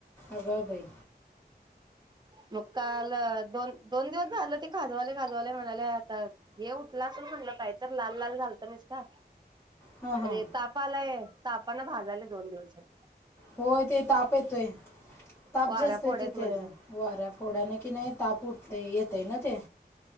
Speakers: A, on the left (about 15°); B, on the right (about 25°).
A: अगबाई!
B: मग काल दोन दोन दिवस झालं ती खाजवालय खाजवालय म्हणालिया, आता हे उठलं असल म्हणलं काही तर लाल लाल झालत निस्ता
A: हां हां
B: आणि ताप आलाय. तापान भाजाल्या दोन दिवस झालं.
A: होय ते ताप येतोय ताप
B: वाऱ्या
A: जास्त
B: फोड्या
A: येतोय
B: आहेत
A: त्याचान.
B: म्हटलं
A: वाऱ्या फोड्याने कि नाही ताप उठतय येतय ना ते.